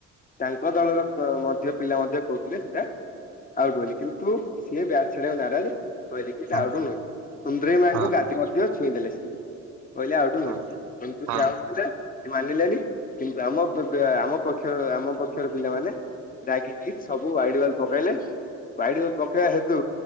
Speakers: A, on the left; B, on the right.
A: ତାଙ୍କ ଦଳର ପ ମଧ୍ୟ ପିଲା ମଧ୍ୟ କହୁଥିଲେ ସେଟା ଆଉଟ୍ ବୋଲି କିନ୍ତୁ ସିଏ ବ୍ୟାଟ୍ ଛାଡିଆକୁ ନାରାଜ। କହିଲେ କି ଏଟା
B: ହଁ
A: ଆଉଟ ନୁହେଁ, ସୁନ୍ଦରେଇ ମାଙ୍କ
B: ହଁ
A: ଗାଦି ମଧ୍ୟ ଛୁଇଁ ଦେଲେ ସିଏ। କହିଲେ ଆଉଟୁ
B: ହଁ
A: ନୁହେଁ କିନ୍ତୁ
B: ହଁ
A: ସିଏ ଆଉଟ ଥିଲେ କି ମାନିଲେନି କିନ୍ତୁ ଆମ ପପ ଆମ ପଖ ତ ଆମ ପକ୍ଷର ପିଲାମାନେ ରାଗିକି ସବୁ ୱାଇଡ ୱାଲ ପକାଇଲେ। ୱାଇଡ଼ ବଲ ପକେଇ ଵା ହେତୁ